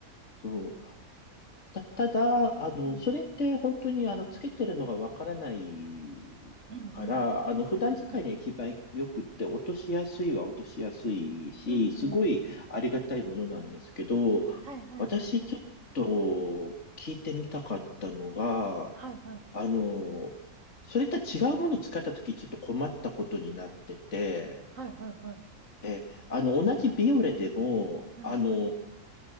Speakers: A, on the left; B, on the right.
A: そうた、ただ、あの、
B: うん。
A: それって本当にあの、つけてるのがわからない
B: うんうん。
A: から、あの、普段使いには一番よくって、
B: はいはい。
A: 落としやすいは落としやすいし、
B: うん。
A: すごいありがたいものなんですけど、
B: はいはいはい。
A: 私ちょっと聞いてみたかったのが、
B: はいはい。
A: あの、それとは違うものを使ったときちょっと困ったことになってて、
B: はいはいはい。
A: え、あの、同じビオレでも、
B: うん。
A: あの